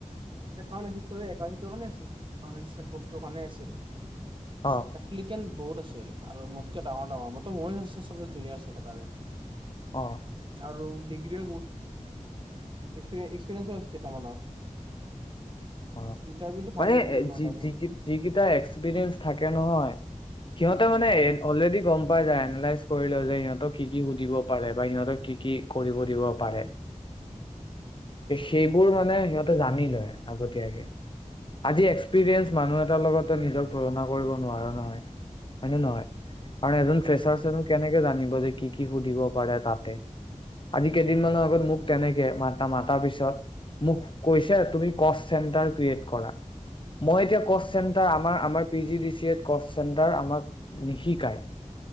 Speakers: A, on the right; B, on the left.
A: তে তাৰ এছএমএছ কৰি আছে। <unintelligible> ত কাণে আছিল।
B: অ
A: কিলিকেন বহুত আছিল। আৰু মোতকে ডাঙৰ ডাঙৰ মইটো মই সবতছে জুনিয়ৰ ছেটাৰে
B: অ
A: আৰু ডিগ্ৰীও ি <inaudible> কেইটামানৰ
B: অ
A: ইণ্টাৰভিউটো ভাল
B: মানে
A: হৈছে দে ন
B: যি
A: দহ দিন
B: যি যিকেইটা এক্সপিৰিয়েঞ্চ থাকে নহয়, সিহঁতে
A: উম
B: মানে অলৰেডি গম পাই যায় লয় যে সিহঁতক কি কি সুধিব পাৰে, বা সিহঁতক কি কি কৰিব দিব পাৰে সেইবোৰ মানে সিহঁতে জানি লয় আগতীয়াকে, আজি এক্সপিৰিয়েঞ্চ মানুহ এটাৰ লগত নিজক তুলনা কৰিব নোৱাৰা নহয়, হয় ন নহয়? আৰু এজন ফ্ৰেচাৰ্ছচে
A: উম
B: নো কেনেকে জানিব যে কি কি সুধিব পাৰে তাতে, আজি কেইদিন মানৰ আগত মোক তেনেকে মাতা মাতাৰ পিছত মোক কৈছে তুমি কষ্ট চেণ্টাৰ ক্ৰিয়েট কৰা মই এতিয়া
A: উম
B: কচ চেণ্টাৰ আমাৰ আমাৰ পি জি ডি চিএ কচ চেণ্টাৰ আমাক নিশিকায়